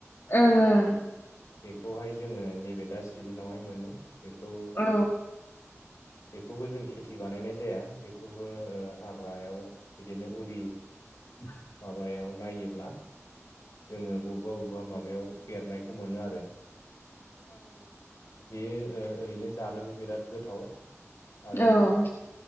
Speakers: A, on the left; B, on the left.
A: ओं ओं।
B: बेखौहाय जोङो नैबे दा सिजेनावहाय मोनो। बेखौ
A: औ।
B: बेखौबो जों खेथि बानायनाय जाया बेखौ बो ओ हाग्रायाव बिदिनो उरि।
A: <inaudible>
B: बायाव नायोब्ला जोङो बबेबा बबेबा माबायाव बेरनायखौ मोनो आरो। बेयो ओ‌ ओरैनो जानोबो बिराद गोथाव। आरो
A: औ।